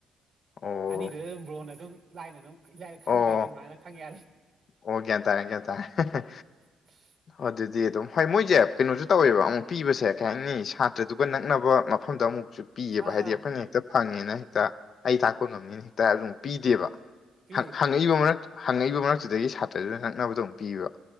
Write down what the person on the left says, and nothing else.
ꯑꯣ
ꯑꯣ
ꯑꯣ ꯒ꯭ꯌꯥꯟ ꯇꯥꯔꯦ ꯒ꯭ꯌꯥꯟ ꯇꯥꯔꯦ ꯍꯦ ꯍꯦ
ꯑꯗꯨꯗꯤ ꯑꯗꯨꯝ ꯍꯣꯏ ꯃꯣꯏꯖꯦ ꯀꯩꯅꯣꯖꯨ ꯇꯧꯋꯦꯕ ꯑꯃꯨꯛ ꯄꯤꯕꯁꯦ ꯀꯩ ꯍꯥꯏꯅꯤ ꯁꯥꯇ꯭ꯔꯗꯨꯒ ꯅꯛꯅꯕ ꯃꯐꯝꯗ ꯑꯃꯨꯛꯁꯨ ꯄꯤꯌꯦꯕ
ꯍꯥꯏꯗꯤ
ꯑꯩꯈꯣꯏꯅ ꯍꯦꯛꯇ ꯐꯪꯉꯦꯅ ꯍꯦꯛꯇ ꯑꯩ ꯇꯛꯄ ꯉꯝꯅꯦꯅ ꯍꯦꯛꯇ ꯑꯗꯨꯝ ꯄꯤꯗꯦꯕ
ꯍꯪ
ꯍꯪꯉꯛꯏꯕ ꯃꯔꯛ ꯍꯪꯉꯛꯏꯕ ꯃꯔꯛꯇꯨꯗꯒꯤ ꯁꯥꯇ꯭ꯔꯗꯨꯅꯥ ꯅꯛꯅꯕꯗꯣ ꯑꯃꯨꯛ ꯄꯤꯌꯦꯕ